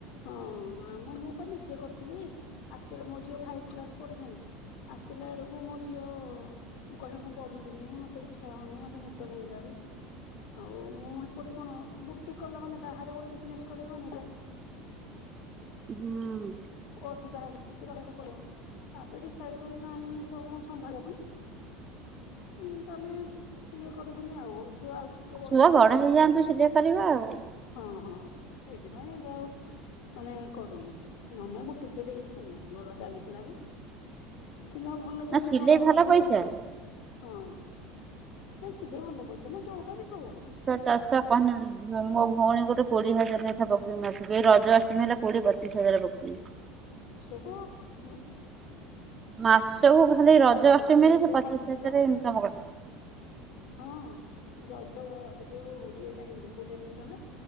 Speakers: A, on the left; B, on the right.
A: ହଁ ନା ମୋ ମୁଁ ତ ନିଜେ କରୁଥିଲି ଆସିଲା ମୋ ଝିଅ ଫାଇଭ କ୍ଲାସ୍ ପଢିଲାଣି। ଆସିଲାବେଳୁକୁ ମୋ ଝିଅ ମୁଁ କହିବ ମୁଁ ପଢିବିନି ମତେ ଇଚ୍ଛା ହଉନି ମତେ ନିଦ ଲାଗିଲାଣି। ଆଉ ମୁଁ ହେପଟେ କଣ ବୁଟିକ୍ କଲା ମାନେ ବାହାରେ ଗୋଟେ ବିଜନେସ୍ କରିବ ମାନେ ଲୋ
B: ହୁଁ।
A: କ ଅଧିକା ହେବେ କି ରହିଆକୁ ପଡିବ। ତାପରେ ଡିସାଇଡ୍ କଲି ନାହିଁ ଏତେ ଲୋକଙ୍କୁ ସମ୍ଭାଳି ହବନି। ମୁଁ ତାହଲେ ଇଏ କରିବିନି ଆଉ ଝିଅ ଆଉ ଟି କେ ବଡ
B: ଛୁଆ
A: ହେଲା ପରେ ଯାହା
B: ହେଇଯାଆନ୍ତୁ
A: କରିବୁ କରିବି
B: ସିଲେଇ
A: ଆଉ।
B: କରିବା ଆଉ
A: ହଁ ହଁ ସେଇଥିପାଇଁ ଏବେ ଆଉ ମାନେ କରୁନି ନହେନେ ମୋ କେବେ ଦେଇଥିଲି ମୁଁ ଭଲ ଚାଲିଥିଲା ବି। କିନ୍ତୁ ଆଉ ଭଲ ଚାଲିଲେ
B: ନା ସିଲେଇ
A: କଣ ହବ
B: ଭଲ
A: ମୋ ଝିଅ
B: ପଇସା
A: ଯୋଉ ହଁ। ନାଇଁ ସିଲେଇ ଭଲ ପଇସା ନା ଯୋଉଟା ବି ହଉ।
B: ଚାଷୁଆ କହନି ଉଁ ଝୁଅ ମୋ ଭଉଣୀ ଗୋଟେ କୋଡିଏ ହଜାର ନେଖା ପାଉଥିଲା ମାସୁକୁ ଏଇ ରଜ ଆଷ୍ଟମୀ ହେଲେ କୋଡିଏ ପଚିଶ ହଜାର <unintelligible>
A: ସୋକୁ ଉଁ
B: ମାସକୁ ଖାଲି ରଜ ଅଷ୍ଟମୀରେ
A: ମୋ ଅଜା
B: ସିଏ ପଚିଶ
A: ହେରିକାର
B: ହଜାର ଇନକମ୍ କରେ।
A: ହଁ ରଜ ଏ ଯୋଉ ଇଏ ଟାଇମରେ କୋଉ ଟାଇମରେ କହିଲ